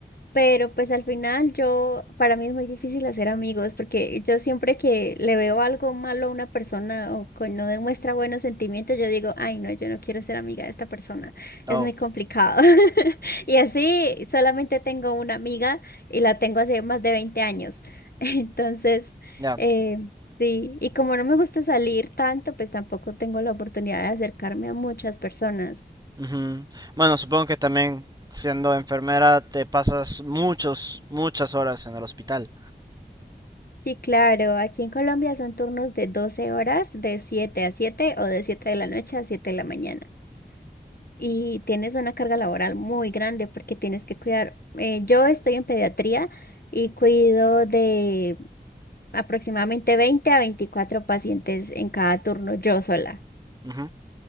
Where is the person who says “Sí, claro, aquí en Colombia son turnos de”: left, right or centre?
Left